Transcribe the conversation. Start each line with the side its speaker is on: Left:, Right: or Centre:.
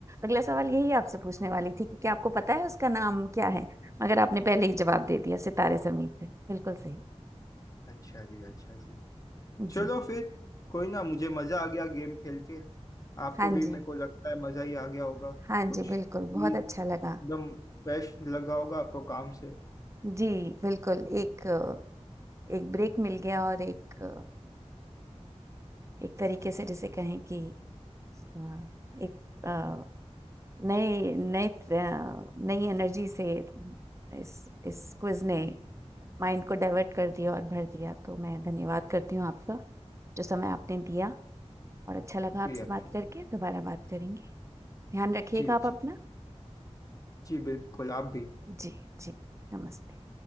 Right: अगला सवाल यही आपसे पूछने वाली थी कि क्या आपको पता है उसका नाम क्या है मगर आपने पहले ही जवाब दे दिया सितारे जमीन पे बिल्कुल सही
Left: अच्छा जी अच्छा जी चलो
Right: जी
Left: फिर कोई ना मुझे मजा आ गया गेम खेल के आपको
Right: हाँ
Left: भी
Right: जी
Left: ठीक मेरे को लगता है मजा ही आ गया होगा
Right: हाँ
Left: कुछ
Right: जी बिल्कुल
Left: भी
Right: बहुत
Left: एकदम
Right: अच्छा लगा
Left: फ्रेश लगा होगा आपको काम से
Right: जी बिल्कुल एक अ, एक ब्रेक मिल गया और एक अ, एक तरीके से जिसे कहें कि अ, एक अ, नए नए अ, नई एनर्जी से इस इस क्विज ने माइंड को डाइवर्ट कर दिया और भर दिया। तो मैं धन्यवाद करती हूँ आपका, जो समय आपने दिया और अच्छा लगा
Left: शुक्रिया
Right: आपसे बात
Left: शुक्रिया
Right: करके, दोबारा बात करेंगे। ध्यान रखिएगा
Left: जी
Right: आप
Left: जी
Right: अपना।
Left: जी बिल्कुल आप भी
Right: जी, जी। नमस्ते।